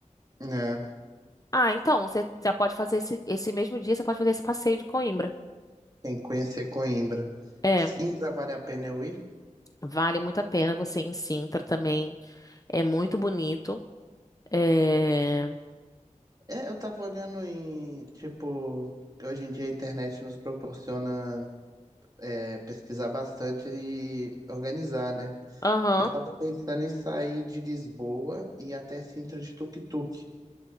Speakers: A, on the right; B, on the left.
A: né?
B: Ah, então, você já pode fazer esse, esse mesmo dia, você pode fazer esse passeio de Coimbra.
A: Tem que conhecer Coimbra.
B: É,
A: Sintra vale a pena eu ir?
B: vale muito a pena você ir em Sintra também. É muito bonito. É.
A: É, eu tava olhando em, tipo, hoje em dia a internet nos proporciona é, pesquisar bastante e organizar, né?
B: Aham,
A: Eu tava pensando em sair de Lisboa e ir até Sintra de tuk-tuk.